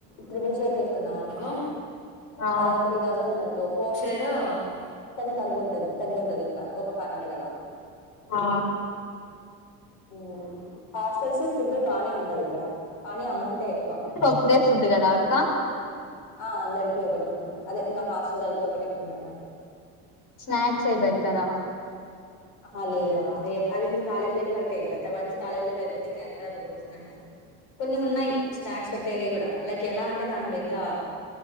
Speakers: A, on the left; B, on the left.
A: ట్రిబుల్ షేర్ తీసుకున్నాం అనుకో
B: ఆ
A: అదో త్రీ థౌసండ్ ఉంది అనుకో ఫోర్ షేర్ కొంచం తగ్గుంటది తగ్గుంటంది ఇంకా ఒక ఫైవ్ హండ్రెడ్ అలా
B: ఆ
A: ఉ హాస్టల్స్ ఫుడ్ బానే ఉండదు ఇక్కడ కానీ అమౌంటే ఎక్కువ
B: ప్పుడే ఫుడ్ కదా అక్క
A: ఆ అందరికి ఒకటే ఫుడ్ అదే ఇంకా హాస్టల్ వాళ్లకి ఒకటే ఫుడ్ అన్నట్టు
B: స్నాక్స్ అయి బేడతారా
A: అ లేదురా అవి అవి మీ కాలేజ్ లైఫ్ వరకే ఇంకా వన్స్ కాలేజ్ లైఫ్ అయిపోతే ఇం కదా పెట్టదు స్నాక్స్ కొన్ని ఉన్నాయి స్నాక్స్ పె తేవీ కూడా లైక్ ఎలా అంటే దాంట్లో ఇంకా